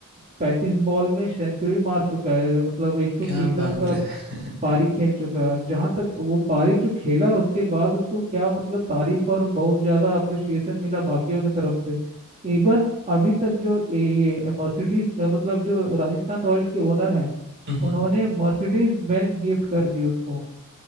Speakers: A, on the right; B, on the right.
A: पैंतीस बॉल में सेंचुरी मार चुका है मतलब एक सौ
B: क्या
A: तीन
B: बात
A: रन का
B: है <laughs>
A: पारी खेल चुका है जहां तक वो पारी जो खेला उसके बाद उसको क्या मतलब तारीफ और बहुत ज्यादा अप्रिसिएशन मिला बाकियों की तरफ से इवन अभी तक जो ये ये मर्सिडीज मतलब जो राजस्थान रॉयल्स के ओनर हैं
B: हम्म
A: उन्होंने मर्सिडीज बेंज गिफ्ट कर दी उसको